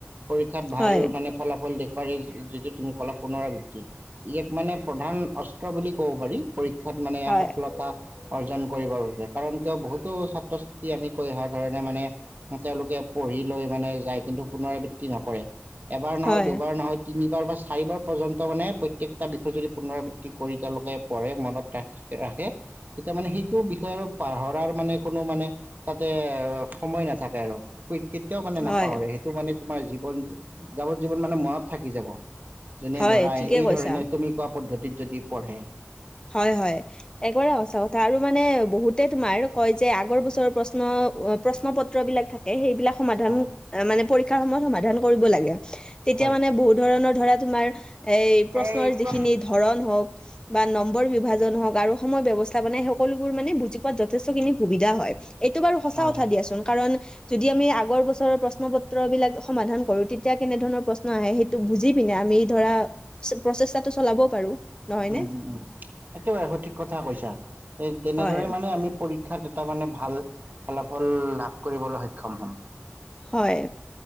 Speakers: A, on the right; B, on the left.
A: পৰীক্ষাত ভাল
B: হয়
A: মানে ফলাফল দেখ- যিটো তুমি কলা পুনৰাবৃত্তি ই এক মানে প্ৰধান অস্ত্ৰ বুলি ক'ব পাৰি পৰীক্ষা- শিক্ষাত মানে
B: হয়
A: সফলতা অৰ্জন কৰিবৰ বাবে কাৰণ কিয় বহুতো ছাত্ৰ ছাত্ৰী আমি কৈ অহা ধৰণে মানে তেওঁলোকে- পঢ়ি লৈ মানে যায়। কিন্তু পুনৰাবৃত্তি নকৰে এবাৰ নহয়
B: হয়
A: দুবাৰ নহয় তিনিবাৰ বা চাৰিবাৰ পৰ্যন্ত মানে প্ৰত্যেকটা বিষয় যদি পুনৰাবৃত্তি কৰি তেওঁলোকে পঢ়ে মনত ৰাখে তেতিয়া মানে সেইটো বিষয় আৰু পাহৰাৰ মানে কোনো মানে তাতে সময় নাথাকে আৰু কেতিয়াও মানে
B: হয়
A: নাপাহৰে সেইটো মানে তোমাৰ জীৱন যাৱজ জীৱন মানে মনত থাকি যাব। যোনে
B: হয়
A: ধৰা
B: ঠিকে
A: এই
B: কৈছা
A: ধৰণে তুমি কোৱা পদ্ধতিত যদি। পঢ়ে
B: হয় হয় একেবাৰে সচা কথা আৰু মানে বহুতে তোমাৰ কয় যে আগৰ বছৰৰ প্ৰশ্ন প্ৰশ্ন পত্ৰ বিলাক থাকে সেইবিলাক সমাধান
A: হয়
B: মানে পৰীক্ষাৰ সময়ত সমাধান কৰিব লাগে তেতিয়া
A: হয়
B: মানে বহুত ধৰণৰ ধৰা তোমাৰ এই প্ৰশ্নৰ
A: এই
B: যিখিনি
A: প্ৰশ্ন
B: ধৰণ হওক বা ন বিভাজন হওঁক আৰু সম বিবস্তাবনে সকলোবোৰ মানে বুজি পোৱাত যথেষ্ট খিনি সুবিধা হয়। এইটো বাৰু সঁচা
A: হয়
B: কথা
A: হয়
B: দিয়াচোন কাৰণ- যদি আমি আগৰ বছৰৰ প্ৰশ্ন পত্ৰ বিলাক সমাধান কৰো তেতিয়া কেনেধৰণৰ প্ৰশ্ন আহে সেইটো বুজি পিনে আম আমি ধৰা প্ৰচেষ্টাটো চলাবও পাৰো নহয়নে
A: উম উম উম একেবাৰে সঠিক কথা কৈছা এই তেনেদৰে
B: হয়
A: মানে আমি পৰী শিক্ষাত এটা মানে ভাল ফলাফল লাভ কৰিবলৈ সক্ষম হম
B: হয়